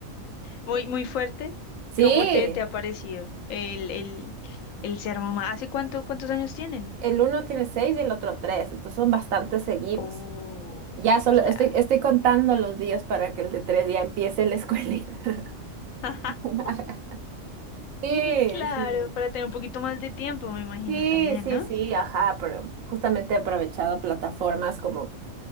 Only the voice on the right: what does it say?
Sí,
el uno tiene seis y el otro tres, entonces son bastante seguidos.
Ya solo
estoy, estoy contando los días para que el de tres ya empiece la escuelita.
<laughs> Sí,
sí.
Sí,
sí,
sí, ajá, pero justamente he aprovechado plataformas como